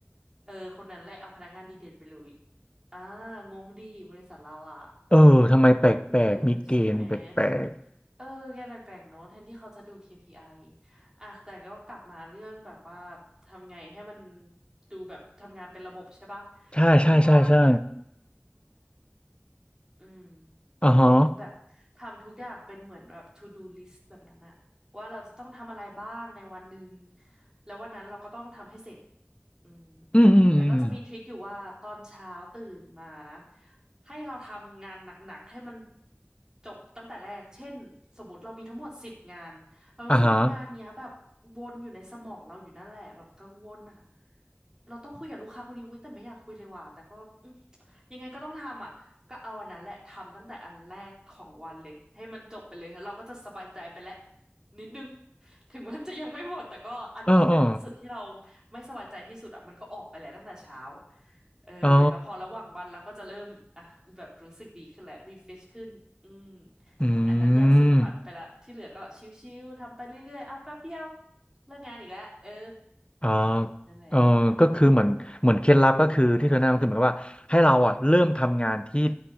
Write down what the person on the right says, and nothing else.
เออคนนั้นแหละเอาพนักงานดีเด่นไปเลยอ่างงดีบริษัทเราอ่ะ
เออใช่ไหมแทเออแกแปลกๆเนอะแทนที่เขาจะดู KPI ออ่ะแต่ก็กลับมาเรื่องแบบว่าทำไงให้มันดูแบบทำงานเป็นระบบใช่ปะ
เราคิดว่าอืม
แบบทำทุกอย่างเป็นเหมือนแบบ to do list แบบนั้นอะว่าเราจะต้องทำอะไรบ้างในวันหนึ่งแล้ววันนั้นเราก็ต้องทำให้เสร็จอืม
แต่ก็จะมีทริคอยู่ว่าตอนเช้าตื่นมานะให้เราทำงานหนักๆให้มันจบตั้งแต่แรกเช่นสมมติเรามีทั้งหมดสิบงานเรารู้สึกว่างานเนี้ยแบบวนอยู่ในสมองเราอยู่นั่นแหละแบบกังวลอะ
เราต้องคุยกับลูกค้าคนนี้อุ้ยแต่ไม่อยากคุยเลยว่ะแต่ก็อืมยังไงก็ต้องทำอะ ก็เอาอันนั้นแหละทำตั้งแต่อันแรกของวันเลยให้มันจบไปเลยแล้วเราก็จะสบายใจไปแล้วนิดนึงถึงมันจะยังไม่หมดแต่ก็อันที่หนักที่สุดที่เรา
ไม่สบายใจที่สุดอ่ะมันก็ออกไปแล้วตั้งแต่เช้าเออแล้วพอระหว่างวันเราก็จะเริ่มอ่ะแบบรู้สึกดีขึ้นแหละรีเฟชขึ้นอืม
อันนั้นยากสุดผ่านไปละที่เหลือก็ชิวๆทำไปเรื่อยๆอ่ะแป๊บเดียวเลิกงานอีกแล้วเออ
นั่นแหละเนาะ